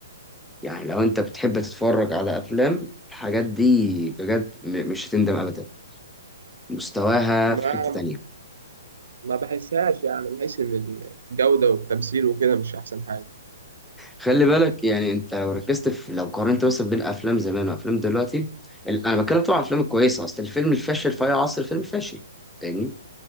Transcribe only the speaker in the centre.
يعني لو أنت بتحب تتفرج على أفلام الحاجات دي بجد م- مش هتندم أبدا مستواها
في حتة تانية
خلي بالك يعني أنت لو ركزت في لو قارنت مثلا بين أفلام زمان وأفلام دلوقتي ال- أنا بتكلم طبعا عن الأفلام الكويسة أصل الفيلم الفاشل في أي عصر فيلم فاشل فاهمني